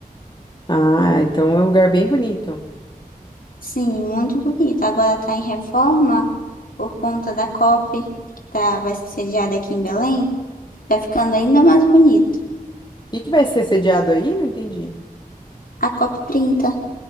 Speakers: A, on the left; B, on the left.
A: Ah, então é um lugar bem bonito. O
B: Sim, muito bonito. Agora está em reforma por conta da COP, que tá, vai ser sediada aqui em Belém. Está ficando ainda mais bonito.
A: que que vai ser sediado aí? Não entendi.
B: A COP 30,